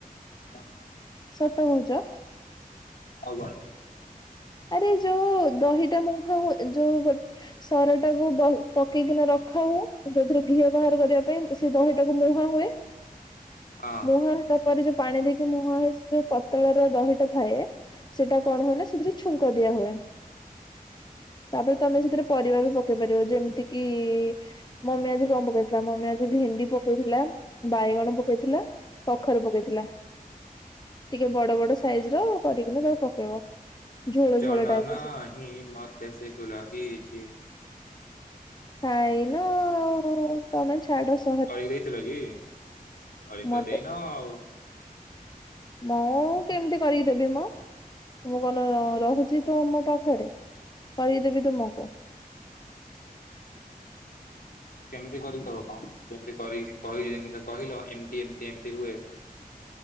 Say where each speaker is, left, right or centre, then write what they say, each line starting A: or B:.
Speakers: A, on the left; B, on the left.
A: ନା
B: ସତ କହୁଚ?
A: ଆଉ କଣ?
B: ଆରେ ଯୋଉ ଦହିଟା ମୁଁ ଖାଉ ଯୋଉ ସରଟାକୁ ପକେଇକିନା ରଖା ହୁଏ ଯୋଉଥିରୁ ଘିଅ ବାହାର କରିବା ପାଇଁ ସେ ଦହିଟାକୁ ମୁହାଁ ହୁଏ।
A: ହଁ
B: ମୁହାଁ ହେଲା ପ ପରେ ଯୋଉ ପାଣି ଦେଇକି ମୁହାଁ ହେଇ ଯୋଉ ପତଳାର ଦହିଟା ଥାଏ ସେଇଟା କଣ ହୁଏ ନା ସେଥିରେ ଛୁଙ୍କ ଦିଆ ହୁଏ। ତାପରେ ତମେ ସେଥିରେ ପରିବା ବି ପକେଇ ପାରିବ ଯେମିତି କିି? ମମି ଆଜି କଣ ପକେଇଥିଲା ମମି ଆଜି ଭେଣ୍ଡି ପକେଇଥିଲା ବାଇଗଣ ପକେଇଥିଲା। କଖାରୁ ପକେଇଥିଲା ଟିକେ ବଡ ବଡ ସାଇଜର କରିକିନା ତାକୁ ପକେଇବ। ଝୋଳ
A: ଜଣା
B: ଝୋଳ ଟାଇପ
A: ନାହିଁ
B: ର
A: ମତେ ସେଗେଡା କିଛି।
B: ଖାଇନ ଆଉ ତମେ ଛାଡ ସେ
A: କରିକି ଦେଇଥିଲ କି କରିକିତ
B: ମତେ
A: ଦେଇନ ଆଉ
B: ମୁଁ କେମିତି କରିକି ଦେବି ମ? ମୁଁ କଣ ରହୁଛି ତୁ ମୋ ପାଖରେ କରିଦେବି ତୁମକୁ।
A: କେମିତି କରିଦବ କଣ ଯେମତି କହିିଲ ଯେ କହିଲ ଏମିତି ଏମତି ଏମିତି ହୁଏ।